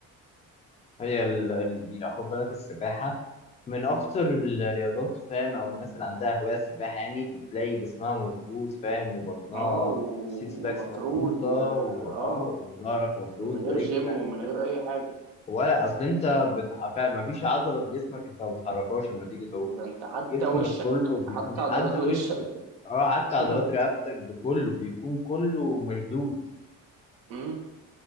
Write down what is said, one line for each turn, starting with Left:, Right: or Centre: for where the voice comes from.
Left: هي ال... ال... يعني خد بالك السباحة من أكتر الرياضات فاهم أو الناس اللي عندها هواية السباحة يعني بتلاقي جسمها مظبوط فاهم وبطنها
Right: اه و-
Left: السيكس باكس
Right: ومفرود
Left: مظبوطة
Right: و
Left: وآه
Right: اه
Left: وظهرك مفرود
Right: من غير
Left: ورجلك
Right: جيم ومن غير أي حاجة
Left: ولا أصل أنت بتح... فاهم مفيش عضلة في جسمك أنت ما بتحركهاش لما تيجي تعوم
Right: ده انت حتى
Left: جسمك
Right: وشك
Left: كله بيكون
Right: حتى
Left: حتى
Right: عضلات وشك
Left: وش اه حتى
Right: <laughs>
Left: عضلات رقبتك بكله بيكون كله مشدود
Right: امم